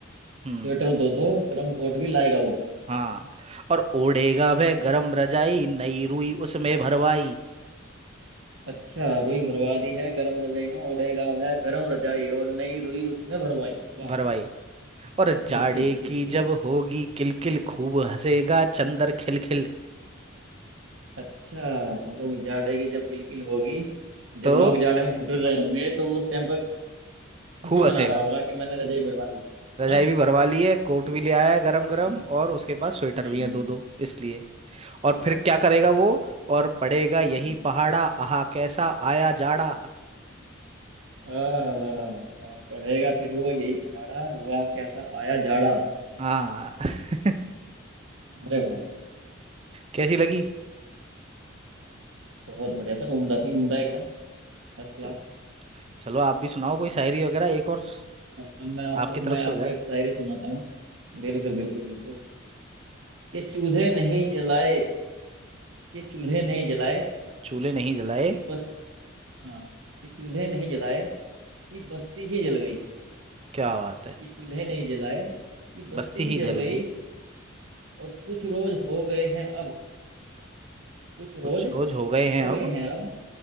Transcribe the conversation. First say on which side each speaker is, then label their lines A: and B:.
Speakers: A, on the right; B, on the right.
A: हम्म
B: स्वेटर दो दो गर्म कोट भी लाएगा वो
A: हाँ और ओढ़ेगा वह
B: अच्छा,
A: गरम रजाई नई रुई उसमें भरवाई
B: अच्छा रुई भरवा दी है गरम रजाई में ओढ़ेगा वह गरम रजाई और नई रुई उसमें भरवाई वाह
A: भरवाई
B: वाह वाह।
A: और जाड़े
B: ठीक ठीक ठीक
A: की
B: ठीक
A: जब होगी किलकिल खूब हंसेगा चंदर खिलखिल
B: अच्छा मतलब जाड़े की जब किलकिल होगी
A: तो
B: जब लोग जाड़े में ठिठुर रहे होंगे तो उस टाइम पर खुशी
A: खूब हंसेगा
B: मना रहा होगा कि मैंने रजाई भरवा ली
A: रजाई
B: है ना
A: भी भरवा ली है कोट भी ले आया है गरम गरम
B: हम्म
A: और उसके पास स्वेटर
B: हम्म
A: भी है
B: हम्म,
A: दो दो इसलिए और
B: ठीक
A: फिर
B: ठीक
A: क्या करेगा
B: ठीक
A: वो और पड़ेगा यही
B: हम्म
A: पहाड़ा आहा कैसा आया जाड़ा
B: आह, पढ़ेगा फिर वो यही पहाड़ा वाह कैसा आया जाड़ा
A: हाँ <laughs>
B: अरे वाह
A: कैसी लगी
B: बहुत बढ़िया सर उम्दा थी उम्दा एकदम First class
A: तो चलो आप भी सुनाओ कोई शायरी वगैरह एक और
B: अब अब मैं आपको
A: आपकी तरफ
B: मैं
A: से
B: आपको
A: हो जाए
B: एक शायरी सुनाता हूँ बिल्कुल बिल्कुल बिल्कुल कि चूल्हे नहीं जलाए कि चूल्हे नहीं जलाए
A: चूल्हे नहीं जलाए
B: कि बस हाँ कि चूल्हे नहीं जलाए कि बस्ती ही जल गई
A: क्या बात है
B: कि चूल्हे नहीं जलाए कि बस्ती
A: बस्ती
B: ही
A: ही
B: जल
A: जल
B: गई
A: गई
B: और कुछ रोज हो गए हैं अब कुछ रोज
A: कुछ रोज हो गए हैं
B: हो
A: अब
B: गए हैं अब